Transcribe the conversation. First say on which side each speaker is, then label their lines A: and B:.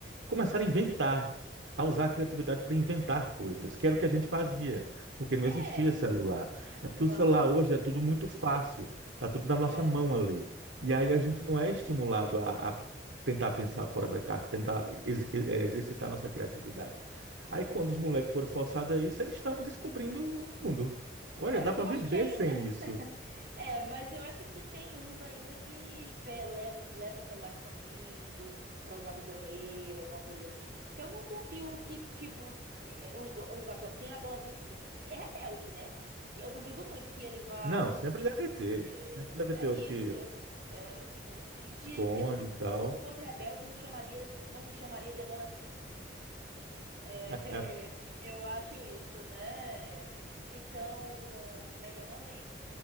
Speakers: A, on the right; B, on the right.
A: começaram a inventar. A usar a criatividade para inventar coisas, que era o que a gente fazia, porque não
B: É.
A: existia celular. É porque
B: Não.
A: o celular hoje é tudo muito fácil. Tá tudo na nossa
B: É.
A: mão ali. E aí a gente não é estimulado a, a tentar pensar fora da caixa, tentar
B: Não.
A: ex- eh, exercitar nossa criatividade. Aí quando
B: Uhum.
A: os moleques foram forçados a isso, eles estão descobrindo o mundo. Olha,
B: É, mas
A: dá para
B: eu
A: viver
B: acho que ainda.
A: sem
B: <laughs>
A: isso.
B: É, mas eu acho que tem uns ainda que pe- leva os- leva o celular escondido pra usar no banheiro, alguma coisa assim. Porque eu não confio que, tipo, é, o- o- os ado- tem adolescente que é rebelde, né? Que eu duvido muito que ele vá
A: Não,
B: simplesmente.
A: sempre deve ter.
B: É,
A: Sempre deve ter
B: é
A: os
B: isso.
A: que
B: É, se,
A: esconde
B: se, se não, se
A: e tal.
B: não fosse rebelde, não chamaria, não se chamaria de adolescente. É, <laughs>
A: É,
B: eu acho isso, né? Então, como é que é o nome?